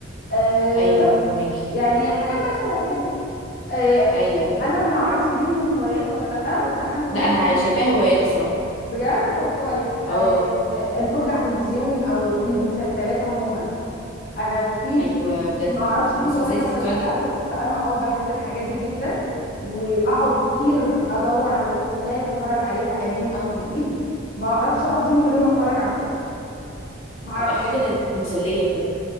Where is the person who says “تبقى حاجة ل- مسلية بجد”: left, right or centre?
Left